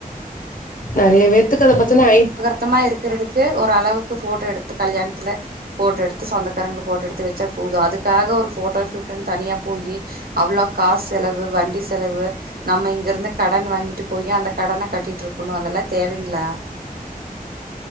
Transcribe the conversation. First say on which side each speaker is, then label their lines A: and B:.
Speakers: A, on the left; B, on the right.
A: நெறைய பேர்த்துக்கு அத பத்துன்னா ஐ
B: சுத்தமா இருக்குறதுக்கு ஒரு அளவுக்கு ஃபோட்டோ எடுத்து கல்யாணத்துல ஃபோட்டோ எடுத்து சொந்தக்காரங்கள ஃபோட்டோ எடுத்து வச்சா போது அதுக்காக ஒரு ஃபோட்டோ ஷூட்டுன்னனு தனியா போய் அவ்ளோ காசு செலவு வண்டி செலவு நம்ம இங்க இருந்து கடன் வாங்கிட்டு போயி அந்த கடன கட்டிட்டு இருக்கணு அதெல்லா தேவைங்களா